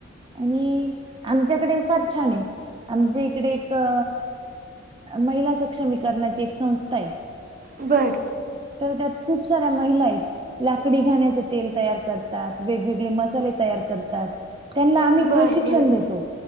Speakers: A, on the right; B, on the right.
A: आणि आमच्याकडे फार छान आहे आमच्या इकडे एक अ महिला सक्षमीकरणाची एक संस्था आहे.
B: बरं.
A: तर त्यात खूप साऱ्या महिला आहेत. लाकडी घाण्याच तेल तयार करतात वेगवेगळे मसाले तयार करतात त्यांना आम्ही
B: बरं
A: प्रशिक्षण
B: बरं
A: देतो